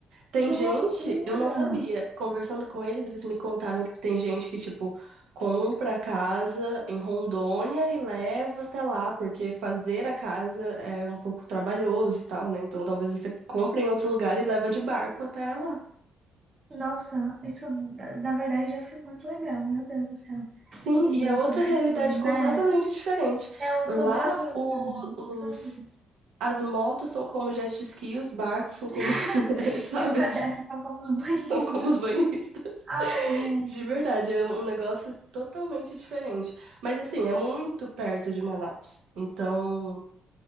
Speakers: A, on the right (about 80°); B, on the right (about 35°).
A: Tem
B: que
A: gente,
B: loucura!
A: eu não sabia, conversando com eles, eles me contaram que tem gente que, tipo, compra a casa em Rondônia e leva até lá, porque fazer a casa é um pouco trabalhoso e tal, né? Então talvez você compre em outro lugar e leva de barco até lá.
B: Nossa, isso da- na verdade deve ser muito legal, meu Deus do céu.
A: Sim,
B: Que
A: e
B: jeito
A: é outra
B: de
A: realidade
B: viver,
A: completamente
B: né?
A: diferente.
B: É outro
A: Lá,
B: Brasil,
A: o-
B: cara. é Outro
A: os,
B: Brasil.
A: as motos são como jet ski, os barcos são como,
B: <laughs>
A: <laughs> sabe,
B: E os pedestres são como os banhistas.
A: são como os banhistas.
B: Ai, gente.
A: De verdade, é um negócio totalmente diferente. Mas, assim, é muito perto de Manaus. Então,